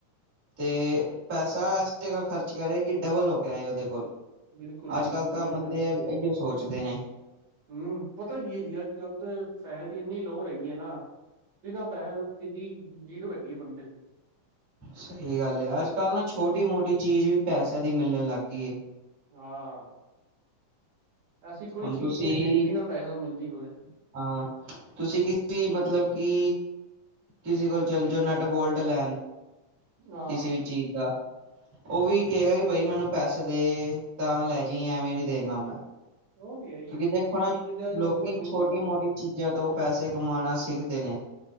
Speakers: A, on the right; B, on the right.
A: ਤੇ ਪੈਸਾ ਏਸ ਜਗ੍ਹਾ ਖਰਚ ਕਰੇ, ਕਿ ਡਬਲ ਹੋ ਕੇ ਆਏ ਓਦੇ ਕੋਲ।
B: ਬਿਲਕੁਲ ਜੀ
A: ਅੱਜ-ਕੱਲ੍ਹ
B: ਬਿਲਕੁਲ
A: ਤਾਂ
B: ਉਹੀ
A: ਬੰਦੇ ਏ ਇਹੀਓ ਸੋਚਦੇ ਨੇ।
B: ਹੂੰ, ਪਤਾ ਕੀ ਐ ਜੀ, ਅੱਜ-ਕੱਲ੍ਹ ਤੇ ਪੈਸੇ ਦੀ ਇੰਨੀ ਲੋੜ ਹੈਗੀ ਏ ਨਾ ਬਿਨਾਂ ਪੈਸੇ ਦੋ ਤੇ ਜ਼ਿੰਦਗੀ ਜੀਰੋ ਹੈਗੀ ਏ ਬੰਦੇ ਦੀ।
A: ਸਈ ਗੱਲ ਏ, ਅੱਜ-ਕੱਲ੍ਹ ਨਾ ਛੋਟੀ-ਮੋਟੀ ਚੀਜ਼ ਵੀ ਪੈਸਿਆਂ ਦੀ ਮਿਲਣ ਲੱਗ ਗਈ ਏ।
B: ਹਾਂ! ਐਸੀ ਕੋਈ
A: ਹੁਣ
B: ਚੀਜ਼
A: ਤੁਸੀਂ
B: ਨੀ ਐ, ਜੇੜੀ ਬਿਨਾਂ ਪੈਸੇ ਤੋਂ ਮਿਲਦੀ ਹੋਵੇ।
A: ਹਾਂ, ਤੁਸੀਂ ਕਿਸੀ ਵੀ, ਮਤਲਬ ਕਿ ਕਿਸੇ ਕੋਲ ਚੱਲ ਜਾਓ ਨਟ-ਬੋਲਟ ਲੈਨ
B: ਹਾਂ
A: ਕਿਸੇ ਵੀ ਚੀਜ਼ ਦਾ। ਓ ਵੀ ਕਹੇਗਾ ਕਿ ਬਾਈ ਮੈਨੂੰ ਪੈਸੇ ਦੇ ਤਾਂ ਲੈ ਜਈ, ਐਵੇਂ ਨੀ ਦੇਂਗਾ ਮੈਂ।
B: ਉਹ ਤੇ ਹੈ ਹੀ
A: ਕਿਉਂਕਿ
B: ਜੀ
A: ਦੇਖੋ
B: ਫ੍ਰੀ
A: ਨਾ,
B: ਜਿੱਦੇ ਅੱਜ ਕੱਲ
A: ਲੋਕੀ
B: ਕੁਛ ਨਹੀਂ ਮਿਲਦਾ
A: ਛੋਟੀ-ਮੋਟੀ ਚੀਜ਼ਾਂ ਤੋਂ ਪੈਸੇ ਕਮਾਣਾ ਸਿੱਖਦੇ ਨੇ।